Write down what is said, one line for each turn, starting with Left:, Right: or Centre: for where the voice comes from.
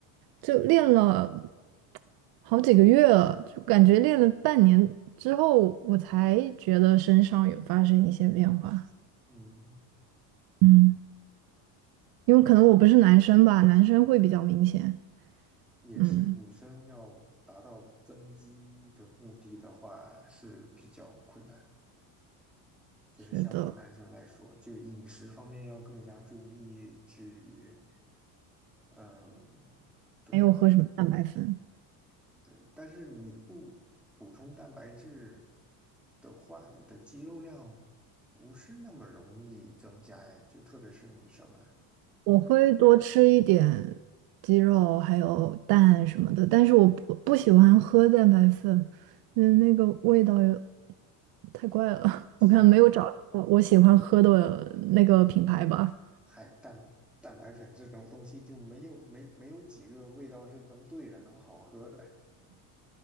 Right: 就练了好几个月了，就感觉练了半年之后，我才觉得身上有发生一些变化，
Centre: 嗯，
Right: 嗯，因为可能我不是男生吧，男生会比较明显，
Centre: 也是女生要达到增肌的目的的话是比较困难，
Right: 嗯。
Centre: 就是相比男生来说，
Right: 是的，
Centre: 就饮食方面要更加注意，至于，嗯。对，
Right: 没有喝什么蛋白粉？
Centre: 对，但是你不补充蛋白质的话，你的肌肉量不是那么容易增加哎，就特别是女生啊。
Right: 我会多吃一点鸡肉，还有蛋什么的，但是我不不喜欢喝蛋白粉，因为那个味道有太怪了。<laughs>
Centre: 是啊，
Right: 我看没有找到我喜欢喝的那个品牌吧。
Centre: 还蛋蛋白粉这种东西就没有没没有几个味道是能对的，能好喝的，